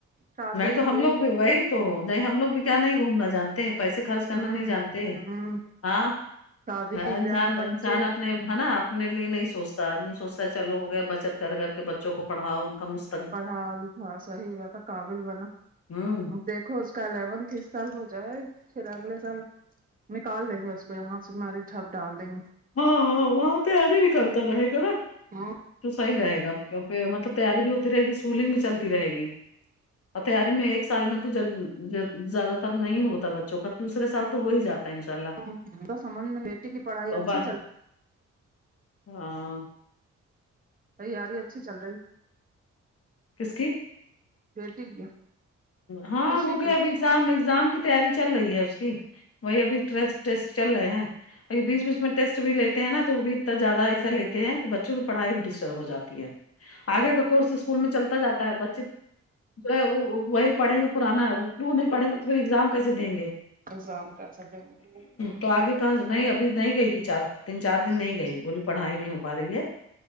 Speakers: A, on the right; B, on the left.
A: شادی
B: نہیں تو
A: ہوئی
B: ہم لوگ بھی وہی تو نہیں ہم لوگ بھی کیا نہیں گھومنا جانتے پیسے خرچ
A: ہوں
B: کرنا نہیں جانتے
A: ہوں
B: ہاں
A: شادی
B: انسان
A: بیاہ بچے
B: انسان اپنے ہے نا اپنے لیے نہیں سوچ تو آدمی سوچتا ہے چلو ہو گیا بچت کر کے بچوں کو پڑھاؤ ان کا مس
A: پڑھاو لکھاو صحیح بات ہے قابل بنا
B: ہوں
A: دیکھو اس کا الیونتھ اس سال ہو جائے پھر اگلے سال نکال لے گے اس کو یہاں سے مری حب ڈال دیں گے
B: ہاں ہاں وہاں پہ آگے بھی کرتا رہے گا نا
A: گے
B: تو صحیح رہے گا مطلب تیاری بھی ہوتی رہے گی اسکولنگ بھی چلتی رہے گی اور تیاری میں ایک سال میں تو جیا جیا زیادہ تر نہیں ہوتا بچوں کا دوسرے سال تو ہو ہی جاتا ہے ان شاء
A: تود سمجھ میں بیٹی کی پڑھائی اچھی
B: بر
A: چل
B: ہاں
A: تیاری اچھی چل رہی
B: کس کی
A: بیٹی کی
B: ہاں
A: خوشی
B: ہوگیا بھی ایگزام ایگزام کی تیاری چل رہی ہے اس کی وہی ابھی ٹسٹ ٹیسٹ چل رہے ہیں ا بیچ بیچ میں ٹیسٹ بھی لیتے ہیں نا تو وہ بھی اتنا زیادہ ایسا لیتے تے ہیں کہ بچوں کی پڑھائی بھی ڈسٹرب ہو جاتی ہے آگے کا کورس اسکول میں چلتا جاتا ہے بچہ جو ہے وہی پڑھیں گے پرانا وہ نہیں پڑھیں گے تو پھر ایگزام کیسے دیں گے
A: ایگزام کا اچھا کر سکیں
B: تو آگے کہاں نہیں ابھی نہیں گئی تھی چار تین چار دن نہیں گئی بولی پڑھائی نہیں ہو پا رہی ہے